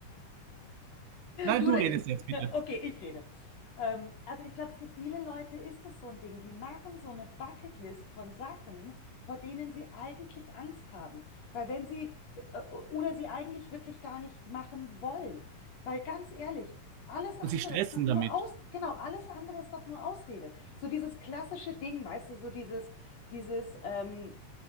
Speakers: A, on the right; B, on the left.
A: nein,
B: Du
A: du
B: oder
A: redest
B: ich? <laughs>
A: jetzt bitte.
B: Okay, ich rede. Ähm, also ich glaube, für viele Leute ist das so ein Ding. Die machen so eine Bucketlist von Sachen, vor denen sie eigentlich Angst haben. Weil wenn sie äh, oder sie eigentlich wirklich gar nicht machen wollen. Weil ganz ehrlich, alles andere
A: Und sie stressen
B: ist doch nur
A: damit.
B: aus, genau, alles andere ist doch nur Ausrede. So dieses klassische Ding, weißt du, so dieses, dieses, ähm,